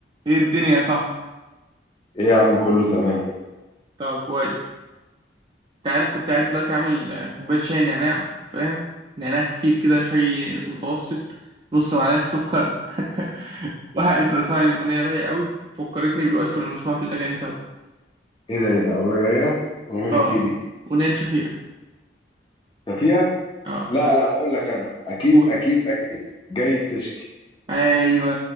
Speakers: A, on the right; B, on the left.
A: ايه الدنيا يا صاحبي
B: ايه يا عم كله تمام
A: طب كويس انت عارف كنت قاعد دلوقتي عامل آه، كوبايه شاي نعناع فاهم نعناع كتير كده شاي متوسط نص معلقه سكر <laughs> وقاعد بسمع لي اغنيه رايقه قوي فكرتني بالوقت كنا بنسمع فيه الاغاني سوا
B: ايه ده ايه ده اغنيه رايقه اغنيه
A: اه
B: ايه دي
A: اغنيه لشفيقه
B: شفيقة
A: اه
B: لا لا هقول لك انا اكيد
A: قول
B: اكيد اكيد جاي بتشكي
A: ايوه